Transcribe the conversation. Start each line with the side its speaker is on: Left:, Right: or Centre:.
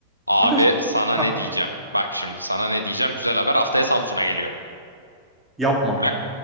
Left: Abi
Centre: Kanka
Left: sana
Centre: Hah,
Left: ne diyeceğim? Bak şimdi sana ne diyeceğim? Güzel haber. Haftaya Samsun'a geliyorum.
Centre: yapma.
Left: Bak